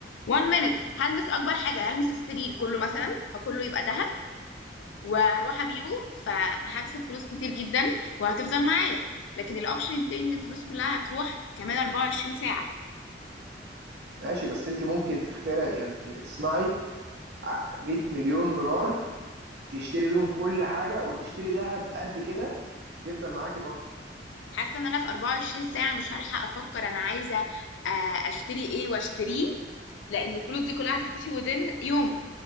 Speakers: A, on the left; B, on the right.
A: 1 minute هلمس اكبر حاجة هلمس السرير كله مثلا فكله يبقى ذهب وهروح ابيعه فهكسب فلوس كتير جدا وهتفضل معايا لكن الاوبشن التاني ان الفلوس كلها هتروح كمان 24 ساعة
B: ماشي بس انت ممكن تخترع يعني ت- تصنعي ع- 100 مليون دولار تشتري بيهم كل حاجة وتشتري ذهب قد كده يفضل معاكي برضه
A: حاسه ان انا في 24 ساعه مش هلحق افكر انا عايزه آه، اشتري ايه واشتريه لان الفلوس دي كلها هتختفي وذن يوم